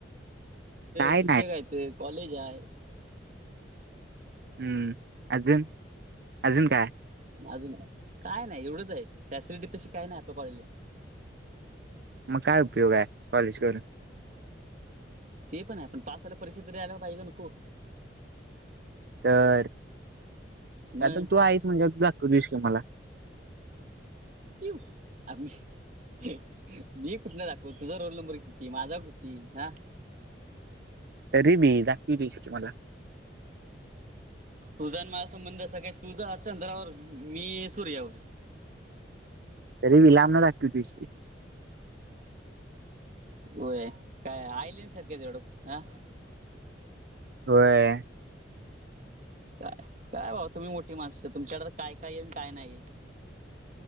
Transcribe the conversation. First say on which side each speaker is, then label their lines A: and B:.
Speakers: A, on the right; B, on the right.
A: काय
B: शिक्षक आहेत. कॉलेज हाय.
A: हम् अजून अजून काय.
B: अजून. काय नाही, एवढंच आहे. फॅसिलिटी तशी काय नाही आपल्या कॉलेजला.
A: मग काय उपयोग आहे कॉलेज करून.
B: ते पण आहे, पण पास व्हायला परीक्षेत तरी यायला पाहिजे नको.
A: तर
B: मग
A: आता तू आहेस म्हणजे त दाखवून देशील मला.
B: किऊ आम्ही. मी कुठला दाखवतो तुझा रोल नंबर किती माझा किती हा
A: तरी बी दाखवून देशील तू मला.
B: तुझा आणि माझा संबंध असा कि, तुझा चंद्रावर मी सूर्यावर.
A: तरी बि लांब न दाखवीतीस की.
B: होय, काय आयलेन्स आहे तुझ्या कडं.
A: होय.
B: चालेल. काय भावा तुम्ही मोठी माणसं, तुमच्याकडे काय काय आहे काय नाहीये.